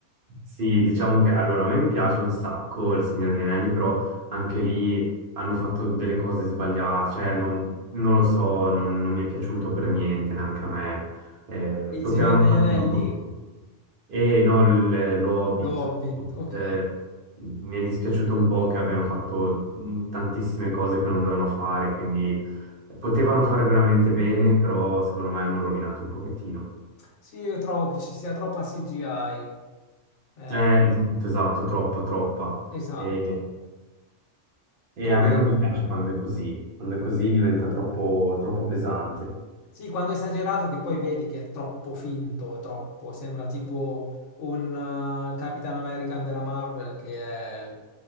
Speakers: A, on the right; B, on the left.
A: Sì, diciamo che allora a me mi piace un sacco Il Signore degli Anelli, però anche lì hanno fatto delle cose sbagliate, cioè non, non lo so, non, non mi è piaciuto per niente neanche a me. Eh,
B: Il
A: potevano
B: Signore degli
A: fare
B: Anelli,
A: molto. E no, il- lo Hobbit.
B: lo Hobbit, ok.
A: Eh, mi è dispiaciuto un po' che abbiano fatto mh, tantissime cose che non dovevano fare, quindi eh, potevano fare veramente bene, però secondo me hanno rovinato un pochettino.
B: Sì, io trovo che ci sia troppa CGI. eh,
A: Eh, esatto, esatto, troppa, troppa.
B: esatto.
A: E, e
B: Come
A: a me non mi piace quando è così, quando è così diventa troppo, troppo pesante.
B: Sì, quando è esagerato che poi vedi che è troppo finto, è troppo, sembra tipo un eh, Capitan American della Marvel che è